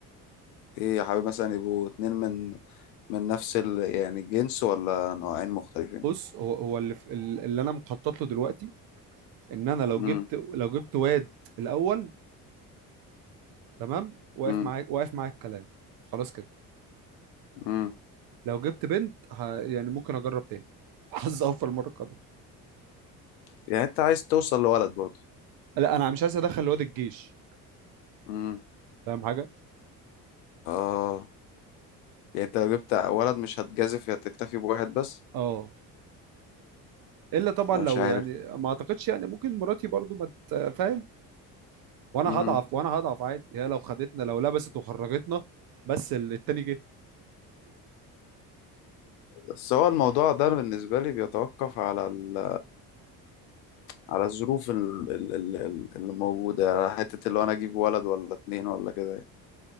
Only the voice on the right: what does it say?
بص هو هو اللي, في اللي انا مخطط له دلوقتي ان انا لو
جبت لو جبت واد الاول تمام واقف
معاك واقف معاك الكلام خلاص كده
لو جبت بنت ه... يعني ممكن اجرب تاني <laughs> حظ اوفر المره القادمه
لا انا مش عايز ادخل الواد الجيش
فاهم حاجه
اه الا طبعا
لو
يعني ما اعتقدش يعني ممكن مراتي برضو ما ت- فاهم وانا
هضعف وانا هضعف عادي هي لو خدتنا لو لبست وخرجتنا بس ال- التاني جه